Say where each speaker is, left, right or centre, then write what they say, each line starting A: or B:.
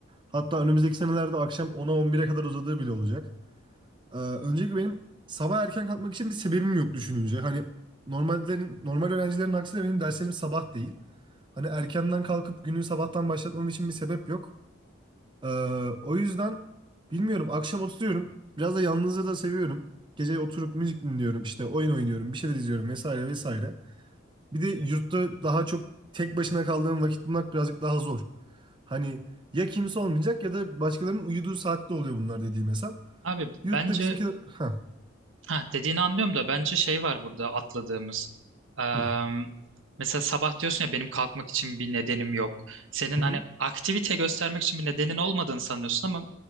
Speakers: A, on the right (about 25°); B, on the right (about 70°).
A: Hatta önümüzdeki senelerde akşam ona on bire kadar uzadığı bile olacak. Ee, öncelikle benim sabah erken kalkmak için bir sebebim yok düşününce. Hani normallerin normal öğrencilerin aksine benim derslerim sabah değil. Hani erkenden kalkıp günü sabahtan başlatmam için bir sebep yok. Ee, o yüzden bilmiyorum akşam oturuyorum. Biraz da yalnızlığı da seviyorum. Gece oturup müzik dinliyorum, işte oyun oynuyorum, bir şeyler izliyorum vesaire vesaire. Bir de yurtta daha çok tek başına kaldığım vakit bulmak birazcık daha zor. Hani ya kimse olmayacak ya da başkalarının uyuduğu saatte oluyor bunlar dediğim hesap.
B: Abi
A: Yurtta
B: bence
A: bizimkiler... Ha.
B: Ha, dediğini anlıyorum da bence şey var burada atladığımız. Eee,
A: Hı
B: mesela sabah diyorsun ya benim kalkmak için bir nedenim yok. Senin
A: hı
B: hani aktivite göstermek için bir nedenin olmadığını sanıyorsun ama